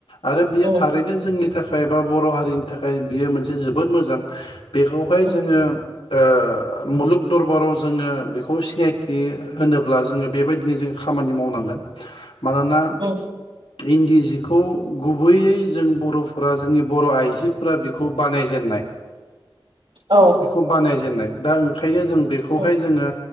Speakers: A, on the left; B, on the right.
A: आरो बियो
B: उम
A: थारैनो जोंनि थाखाय थाखाय बा बर' हारिनि थाखाय बियो मोनसे जोबोद मोजां बेखौहाय
B: उम
A: जोङो ओ मुलुग दरबाराव जोङो बेखौ सिनायथि होनोब्ला जोङो बेबायदिनो जों खामानि मावनांगोन मानोना
B: उम
A: इन्दि जि बेखौ गुबैयै जों बर'फोरा जोंनि बर' आइजोफोरा बेखौ बानायजेननाय
B: औ
A: बेखौ बानायजेननाय दा ओंखायनो जों बेखौहाय
B: उम
A: जोङो